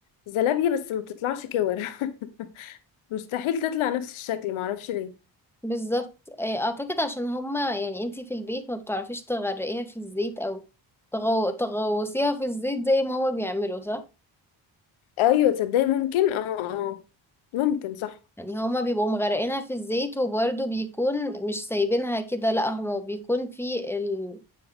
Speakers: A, on the left (about 85°); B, in the centre.
A: زلابية بس ما بتطلعش كور <laughs> مستحيل تطلع نفس الشكل معرفش ليه
B: بالظبط آه، أعتقد عشان هما يعني انتي في البيت ما بتعرفيش تغرقيها في الزيت أو تغو... تغوصيها في الزيت زي ما هما بيعملوا صح؟
A: ايوه تصدقي ممكن اه اه ممكن صح
B: يعني هما بيبقوا مغرقينها في الزيت وبرده بيكون مش سايبينها كده لا هما بيكون في ال-